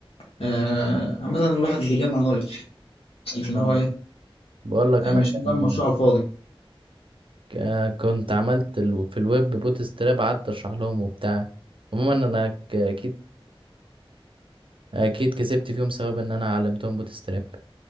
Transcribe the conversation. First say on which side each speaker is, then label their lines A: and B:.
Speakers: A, on the left (about 80°); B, on the right (about 65°).
A: آه، عامه الواحد بيجمع نولج اللي
B: ما
A: هو ايه
B: بقول لك
A: آه،
B: انا
A: مش
B: كان
A: بيعمل مشروع على الفاضي
B: ك- كنت عملت ال- في الويب بوت ستراب قعدت اشرح لهم وبتاع عموما انا ك- اكيد اكيد كسبت فيهم سبب ان انا علمتهم بوت ستراب